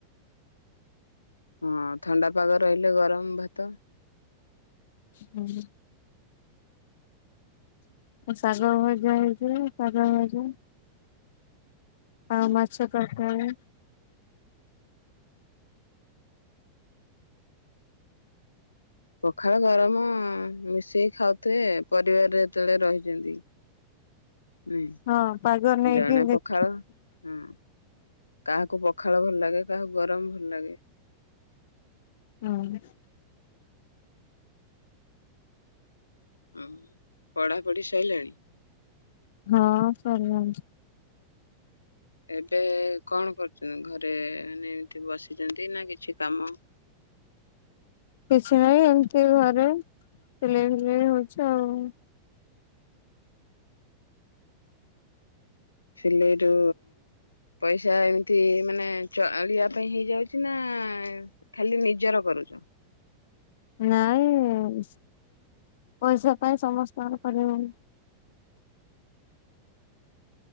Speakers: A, on the left (about 75°); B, on the left (about 55°).
A: ହଁ ଥଣ୍ଡା ପାଗ ରହିଲେ ଗରମ ଭାତ।
B: <unintelligible> ଶାଗ ଭଜା ହେଇଥିଲା ଶାଗ ଭଜା। ହଁ ମାଛ ତରକାରୀ।
A: ପଖାଳ ଗରମ ମିଶେଇ ଖାଉଥିବେ ପରିବାରରେ ଯେତେବେଳେ ରହିଛନ୍ତି। ହୁଁ
B: ହଁ ପାଗ ନେଇକି
A: ଜଣେ
B: ଦେଖ
A: ପଖାଳ ହୁଁ। କାହାକୁ ପଖାଳ ଭଲ ଲାଗେ କାହାକୁ ଗରମ ଭଲ ଲାଗେ।
B: <unintelligible>
A: ହୁଁ ପଢାପଢି ସରିଲାଣି?
B: ହଁ ସରିଲାଣି।
A: ଏବେ କଣ କରୁଛନ୍ତି ଘରେ ମାନେ ଏମିତି ବସିଛନ୍ତି ନା କିଛି କାମ?
B: କିଛି ନାହିଁ ଏମତି ଘରେ ସିଲେଇ ଫିଲେଇ ହଉଛି ଆଉ।
A: ସିଲେଇରୁ। ପଇସା ଏମିତି ମାନେ ଚଳିବା ପାଇଁ ହେଇଯାଉଛି ନା? ଖାଲି ନିଜର କରୁଛ?
B: ନାଇଁ ପଇସା ପାଇଁ ସମସ୍ତଙ୍କର କରିବାକୁ